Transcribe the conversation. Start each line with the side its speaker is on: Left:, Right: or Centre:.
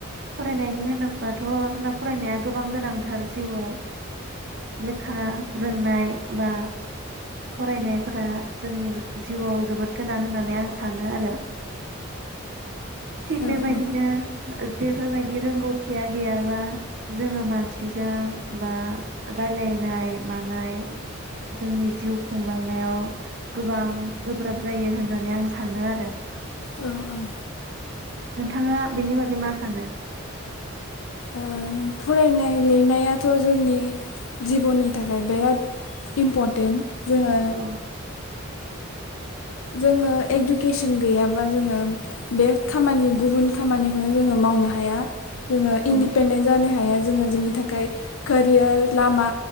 Right: फरायनायनि होनोब्लाथ' जोंना फरायनाया गोबां गोनांथार जिउआव लेखा रोंनाय बा फरायनायफोरा जोंनि जिउआव जोबोद गोनां होननानै आं सानो आरो थिग
Left: औ
Right: बेबायदिनो
Left: औ
Right: बेफोरबायदि रोंगौथिया गैयाबा जोङो मानसिजों बा रायलायनाय मानाय जोंनि जिउ खुंलांनायाव गोबां गोब्राब जायो होननानै आं सानो आरो
Left: औ औ
Right: नोंथाङा बेनि बागै मा सानो?
Left: ओ फरायनाय लिरनायाथ' जोंनि जिबननि थाखाय बिराद इम्परटेन्ट जोङो
Right: औ
Left: जोङो इडुकेसन गैयाबा जोङो बे खामानि गुबुन खामानिखौनो जोङो मावनो हाया। जोङो
Right: औ
Left: इन्दिपेन्डेन्ट जानो हाया जोङो जोंनि थाखाय कोरियार लामा